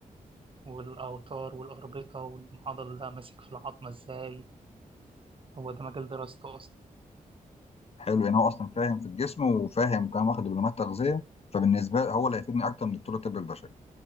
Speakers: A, on the right (about 35°); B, on the left (about 45°).
A: والاوتار والاربطه والمعضل ده ماسك في العظمه ازاي هو ده مجال دراسته اصلا
B: حلو يعني هو اصلا فاهم في الجسم وفاهم كمان واخد دبلومات تغذيه فبالنسبه له هو اللي هيفيدني اكتر من دكتور الطب البشري